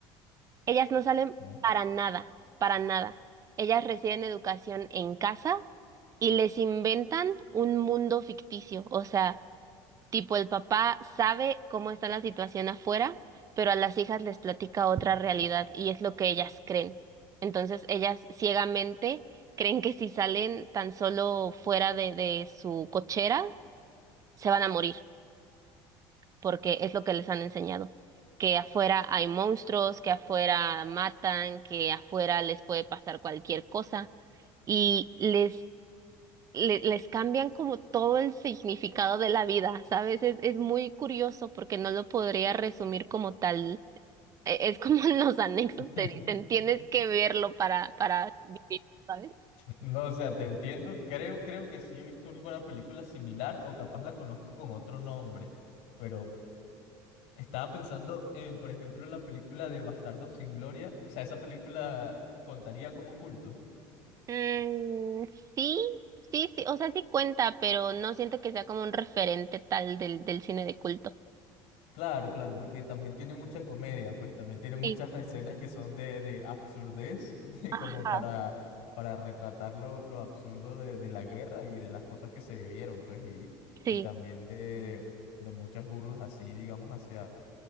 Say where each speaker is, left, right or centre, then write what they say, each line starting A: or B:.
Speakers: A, on the right (about 35°); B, on the left (about 70°).
A: ellas no salen
B: Ok.
A: para nada, para nada. Ellas reciben educación en casa y les inventan un mundo ficticio. O sea, tipo el papá sabe cómo está la situación afuera, pero a las hijas les platica otra realidad y es lo que ellas creen. Entonces, ellas ciegamente creen que si salen tan solo fuera de, de su cochera, se van a morir. porque es lo que les han enseñado, que afuera hay monstruos, que afuera matan, que afuera les puede pasar cualquier cosa y les, le- les cambian como todo el significado de la vida, ¿sabes? Es, es muy curioso porque no lo podría resumir como tal. E- Es como <laughs> en los anexos
B: <laughs>
A: te dicen, tienes que verlo para, para vivir, ¿sabes?
B: No, o sea, te entiendo. Creo, creo que sí he visto alguna película similar o capaz la conozco con otro nombre, pero Estaba pensando en, por ejemplo, la película de Bastardos sin Gloria. O sea, esa película contaría como culto.
A: Mm, sí, sí, sí, o sea, sí cuenta, pero no siento que sea como un referente tal del, del cine de culto.
B: Claro, claro, porque también tiene mucha comedia, pues también tiene muchas
A: Sí.
B: <laughs> escenas que son de, de absurdez, <laughs> de
A: Ajá,
B: como para, para retratar lo, lo absurdo de, de la guerra y de las cosas que se vivieron, pues, y,
A: sí,
B: y también de, de muchas burlas así, digamos, hacia,